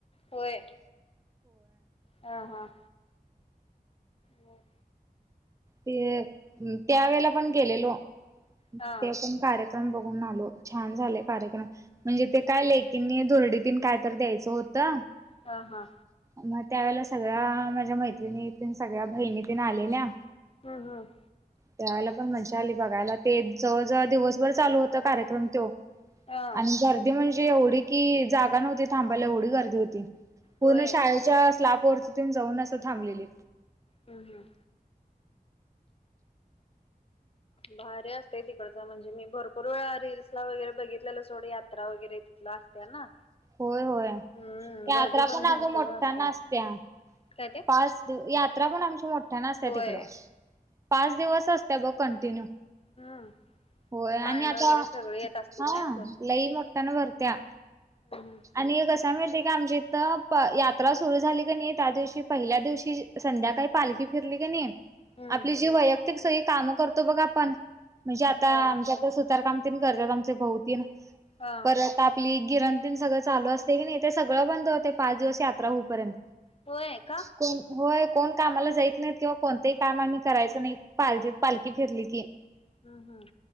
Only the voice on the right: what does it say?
ते त्यावेेळेला पण गेलेलो, ते
पण कार्यक्रम बघ घून आलो छान झाले कार्यक्रम म्हंजे ते काय लेकीं नी धुरडीत काय तर द्यायचं हो त
म त्यावेेळेला सगळ्या माझ्या मैत्रिणी ते सगळ्या भहिणी तेन आलेल्या.
त्या वेळेला पण मज्जा आली बघायला ते जवळजवळ दिवसभर चालू होत कार्यक्रम त्यो
आणि गर्दी म्हणजे एवढी कि जागा नव्हती थांबायला एवढी गर्दी होती. पूर्ण
शाळेच्या स्लाप वरती तून जाऊन असं थांबलेली.
होय होय
यात्रा
पण आग
मोठठ्या
ना आसत्या.
पाच दिव यात्रा पण आमची मोठ्या न असतं
तिकडं. पाच दिवस असते बघ कंटिन्यू.
होय
आणि आता
हां
लई मोठ्ठया न भरत्या.
आणि एक अस काय माहिती का आमच्या इथं प यात्र सुरु झाली की नी, त्या दिवशी पहिल्या दिवशी संध्याकाळी पालखी तू फिरली की नई?
आपली जी वैयक्तिक सगइ कामं करतो बघ आपण, म्हणजे आता
आमच्या कड सुतारकामं तीन करतात आमचे भाऊ तीन
परत, आपली गिरण तेन चालू असते की नाही ते सगळं बंद होते, पाच दिवस यात्रा होऊ पर्यंत
कोण? होय. कोण कामाला जाईत नाहीत किंवा कोणतही काम आम्ही करायचं नाही पालखी पालखी फिरली की.